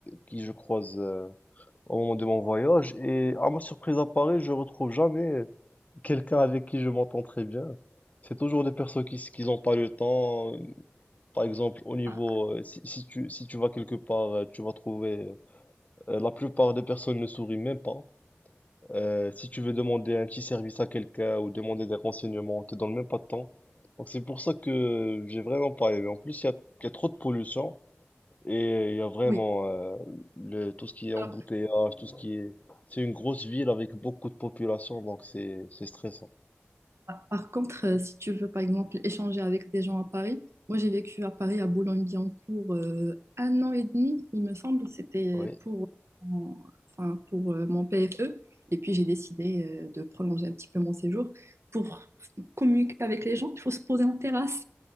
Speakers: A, on the left; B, on the right.
A: qui je croise euh, au moment de mon voyage. Et à ma surprise à Paris, je retrouve jamais quelqu'un avec qui je m'entends très bien. C'est toujours des personnes qui, s- qui n'ont pas le temps. Par exemple, au niveau,
B: ah,
A: euh, si, si tu, si tu vas quelque part, euh, tu vas trouver, euh, la plupart des personnes ne sourient même pas. Euh, si tu veux demander un petit service à quelqu'un ou demander des renseignements, on te donne même pas de temps. Donc c'est pour ça que j'ai vraiment pas aimé. En plus, il y a, il y a trop de pollution et il y a vraiment
B: oui.
A: euh, le, tout ce qui est
B: Alors,
A: embouteillage, tout ce qui est... C'est une grosse ville avec beaucoup de population, donc c'est, c'est stressant.
B: Par par contre, euh, si tu veux, par exemple, échanger avec des gens à Paris, moi j'ai vécu à Paris, à Boulogne-Billancourt, euh, un an et demi, il me semble. C'était
A: Oui.
B: pour, mon- enfin, pour euh, mon PFE. Et puis j'ai décidé euh, de prolonger un petit peu mon séjour. Pour communiquer avec les gens, il faut se poser en terrasse.